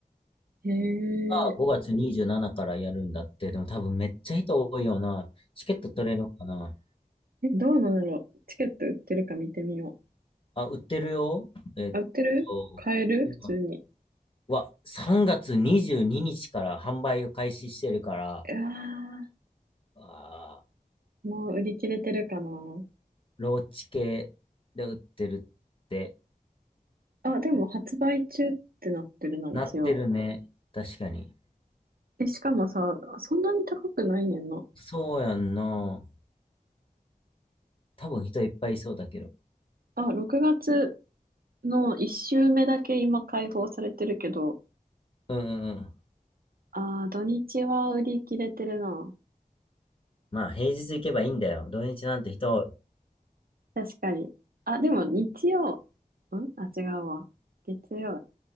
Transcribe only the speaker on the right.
へえ、
え、どうなんだろう。チケット売ってるか見てみよ
う。あ、売ってる買える普通に。
うわ
ー、もう売り切れてるかな。
あ、でも発売中ってなってるな、一応。
え、しかもさ、そんなに高くないねんな。
あ、6月の1週目だけ今開放されてるけど、
あー、土日は売り切れてるな。
確かに。あ、でも日曜、んあ、違うわ。月曜。